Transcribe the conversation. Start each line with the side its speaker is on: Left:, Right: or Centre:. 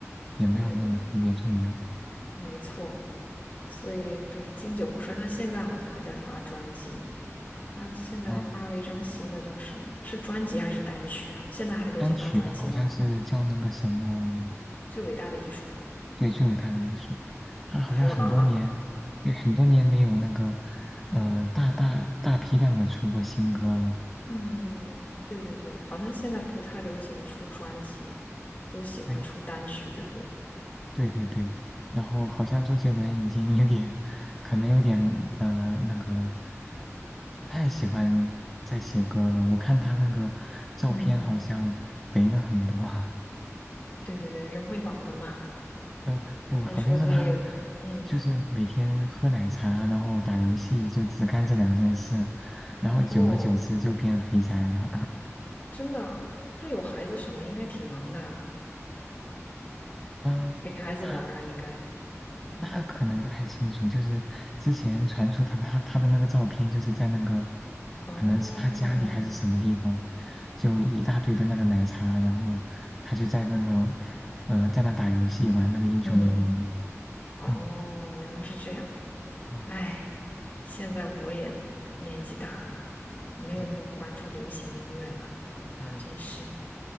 Centre: 也没有那么特别重要。
Left: 对对对，没错。所以对，经久不衰，他现在好像还在发专辑。他现在发了一张新的，
Centre: 嗯、
Left: 叫什么？是专辑还是单曲啊？现在还流行发专辑吗？
Centre: 单曲吧，好像是叫那个什么，
Left: 最伟大的艺术，
Centre: 对，最伟大的艺术，他好像很多年，
Left: 还有郎朗。
Centre: 对，很多年没有那个，呃，大大大批量的出过新歌了。
Left: 嗯，对对对，好像现在不太流行出专辑，都喜欢出单曲，
Centre: 对。
Left: 对不对？
Centre: 对对对，然后好像周杰伦已经有点，可能有点呃那个，不太喜欢在写歌了。我看他那个照片好像肥了很多，
Left: 嗯，
Centre: <laughs>
Left: 对对对，人会老的嘛。
Centre: 呃不，
Left: 再说他也，
Centre: 好像是他
Left: 嗯，
Centre: 就是每天喝奶茶，然后打游戏，就只干这两件事，然后久而久之就变肥宅了。
Left: 哦，
Centre: <laughs>
Left: 真的啊他不是有孩子什么，应该挺忙的啊，
Centre: 嗯，
Left: 陪孩子玩儿啊，
Centre: 那
Left: 应该。
Centre: 那可能不太清楚，就是之前传出他的他他的那个照片，就是在那个，
Left: 哦，
Centre: 可能是他家里还是什么地方，就一大堆的那个奶茶，然后他就在那个，呃，在那打游戏玩那个英雄联盟，
Left: 嗯，哦，
Centre: 嗯
Left: 原来是这样。
Centre: 嗯
Left: 哎，现在我也年纪大了嘛，没有那么关注流行音乐了，
Centre: 嗯嗯，
Left: 真是，